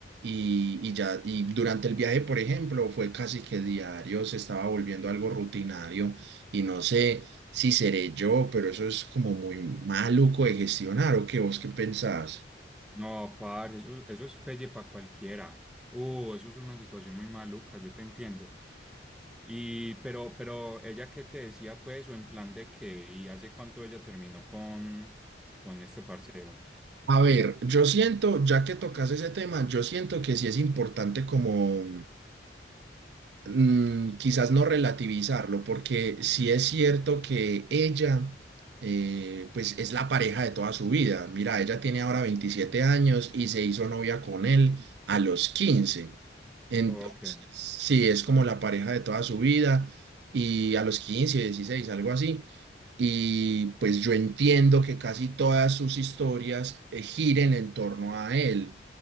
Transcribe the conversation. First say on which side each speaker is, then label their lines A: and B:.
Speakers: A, on the right; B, in the centre.
A: Y, y ya, y durante el viaje, por ejemplo, fue casi que diario, se estaba volviendo algo rutinario. Y no sé si seré yo, pero eso es como muy maluco de gestionar, ¿o qué vos qué pensás?
B: No, parce, eso, eso es pelle para cualquiera. Uh, eso es una situación muy maluca, yo te entiendo. Y, pero, pero ella qué te decía, pues, o en plan de qué, y hace cuánto ella terminó con, con este parcero.
A: A ver, yo siento, ya que tocas ese tema, yo siento que sí es importante como mm, quizás no relativizarlo, porque sí es cierto que ella, eh, pues es la pareja de toda su vida. Mira, ella tiene ahora 27 años y se hizo novia con él a los quince Entonces,
B: Ok.
A: sí, es como la pareja de toda su vida y a los 15 16 algo así. Y pues yo entiendo que casi todas sus historias eh, giren en torno a él